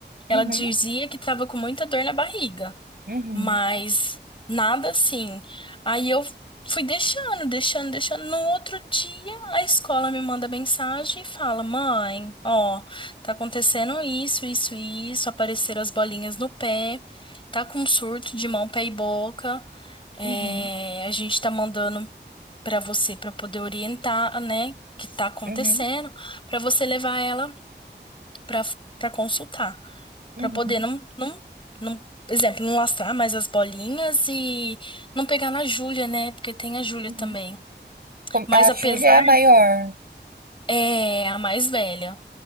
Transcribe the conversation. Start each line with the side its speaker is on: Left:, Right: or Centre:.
Right: Uhum,
Left: Ela dizia que tava com muita dor na barriga
Right: uhum,
Left: mas nada assim. Aí eu fui deixando, deixando, deixando. No outro dia, a escola me manda mensagem e fala: Mãe, ó, tá acontecendo isso, isso e isso, apareceram as bolinhas no pé, tá com um surto de mão, pé e boca. É,
Right: uhum,
Left: a gente tá mandando pra você pra poder orientar, né, que tá acontecendo,
Right: uhum,
Left: pra você levar ela pra para consultar.
Right: uhum.
Left: Pra poder não, não, não, exemplo, não lastrar mais as bolinhas e não pegar na Júlia, né? Porque tem a Júlia
Right: Uhum.
Left: também.
Right: Com-
Left: Mas
Right: A
Left: apesar,
Right: Júlia é a maior.
Left: é a mais velha.